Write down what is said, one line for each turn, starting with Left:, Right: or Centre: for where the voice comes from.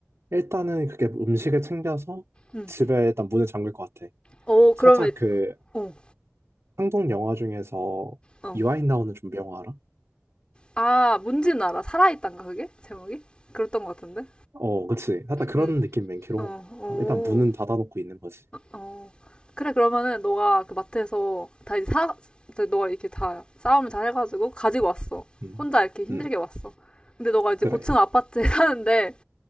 Right: 일단은 그게 음식을 챙겨서
Left: 응.
Right: 집에 일단 문을 잠글 것 같아.
Left: 어,
Right: 살짝
Left: 그러면,
Right: 그
Left: 어,
Right: 한국 영화 중에서
Left: 어.
Right: 이화인 나오는 좀비 영화 알아?
Left: 아, 뭔지는 알아. 살아있단가, 그게? 제목이? 그랬던 것 같은데?
Right: 어, 그치. 살짝 그런
Left: 응.
Right: 느낌 맹키로.
Left: 어, 오,
Right: 일단 문은 닫아놓고 있는 거지.
Left: 어. 그래, 그러면은, 너가 그 마트에서 다 이제 사, 이제 너가 이렇게 다 싸움을 잘 해가지고 가지고 왔어.
Right: 음,
Left: 혼자 이렇게 힘들게
Right: 음,
Left: 왔어. 근데 너가 이제
Right: 그래.
Left: 고층 아파트에 <laughs> 사는데,